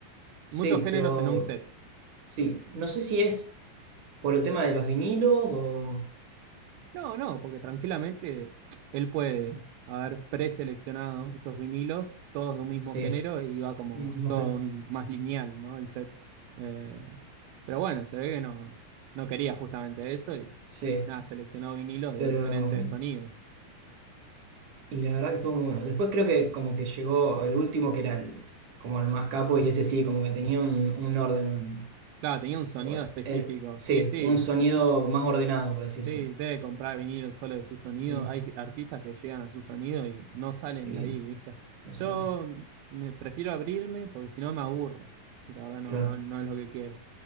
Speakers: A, on the right; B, on the right.
A: sí,
B: muchos géneros
A: pero
B: en un set.
A: sí, no sé si es. por el tema de los vinilos o...
B: No, no, porque tranquilamente él puede haber preseleccionado esos vinilos, todos de un mismo
A: Sí,
B: género, y va como
A: mi mi mujer.
B: todo un- más lineal, ¿no? El set. Eh, pero bueno, se ve que no, no quería justamente eso y
A: Sí,
B: nada, seleccionó vinilos
A: pero...
B: de diferentes
A: mm,
B: sonidos.
A: Y la verdad que estuvo muy bueno. Después creo que como que llegó el último que era el, como el más capo y ese sí, como que tenía un, un orden. un-
B: Claro, tenía un sonido
A: o
B: específico,
A: el, sí,
B: sí, sí,
A: un sonido más ordenado, por así
B: Sí,
A: decirlo.
B: debe comprar vinilo solo de su sonido.
A: Mm,
B: Hay artistas que llegan a su sonido y no salen
A: Y
B: de ahí, ¿viste?
A: no
B: Yo
A: sé dónde.
B: mm, me prefiero abrirme porque si no me aburro. Y la verdad no,
A: Claro.
B: no, no es lo que quiero.